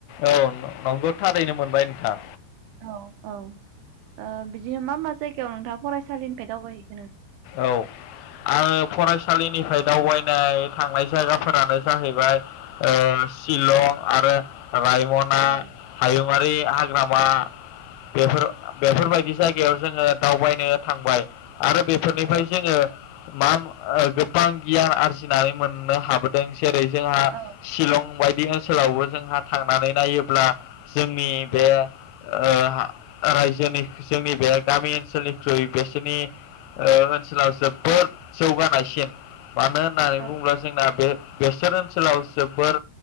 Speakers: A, on the left; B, on the right.
A: औ नंगौ थारैनो मोनबाय नोंथां।
B: औ औ ओ बिदिनो मा मा जायगायाव नोंथाङा फरायसालिनिफाय दावबायहै
A: औ‌ आङो फरायसालिनिफ्राय दावबायनाय थांनाय जायगाफोरानो जाहैबाय ओ‌ शिलं आरो रायमना
B: औ
A: हायुं बारि हाग्रामा बेफोर बेफोर
B: औ
A: बायदि जायगायाव जोङो दावबायनो थांबाय आरो बेफोरनिफ्राय
B: औ
A: जोङो मा ओ गोबां गियान आरजिनानै मोननो हाबोदों। जेरै जोंहा
B: औ
A: शिलं बायद बे ओनसोलावबो जोंहा थांनानै नायोब्ला जोंनि बे
B: औ
A: ओ रायजोनि जोंनि बे गामि ओनसोलनिख्रुइ नोंसोनि ओ ओनसोलाव जोबोद जौगानायसिन मानो होननानै
B: औ
A: बुङोब्ला जोंना बे बेसोर ओनसोलाव जोबोर